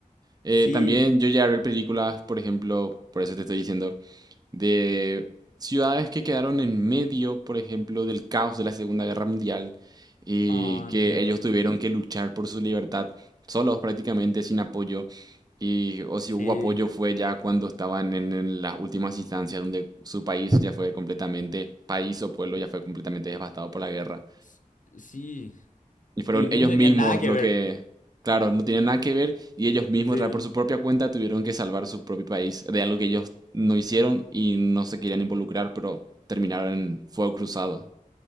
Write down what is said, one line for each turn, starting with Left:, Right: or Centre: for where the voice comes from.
Right: Eh,
Left: sí,
Right: también yo llegué a ver películas, por ejemplo, por eso te estoy diciendo, de ciudades que quedaron en medio, por ejemplo, del caos de la Segunda Guerra Mundial y
Left: ah,
Right: que
Left: entiendo,
Right: ellos tuvieron que luchar por su libertad solos prácticamente, sin apoyo. Y, o si
Left: sí,
Right: hubo apoyo fue ya cuando estaban en, en las últimas instancias donde su país ya fue completamente, país o pueblo ya fue completamente devastado por la guerra.
Left: s- sí,
Right: Y fueron
Left: y ellos
Right: ellos
Left: no tenían
Right: mismos
Left: nada que
Right: lo
Left: ver,
Right: que, claro, no tienen nada que ver y ellos mismos
Left: sí.
Right: ra- por su propia cuenta tuvieron que salvar su propio país de algo que ellos no hicieron y no se querían involucrar, pero terminaron en fuego cruzado.